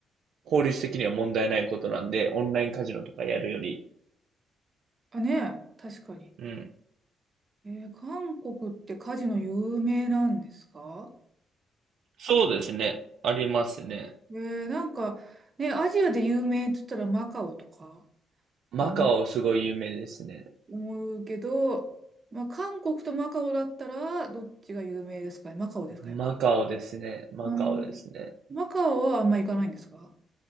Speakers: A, on the right; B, on the right.
A: 法律的には問題ないことなんで、オンラインカジノとかやるより、
B: あ、ねえ、確かに。
A: うん、
B: えー韓国ってカジノ有名なんですか
A: そうですね。ありますね。
B: えーなんか、ね、アジアで有名って言ったらマカオとか
A: マカオすごい有名ですね。
B: が思うけど、まあ、韓国とマカオだったら、どっちが有名ですかねマカオですかね
A: マカオですね。マカオですね。
B: うん。マカオはあんま行かないんですか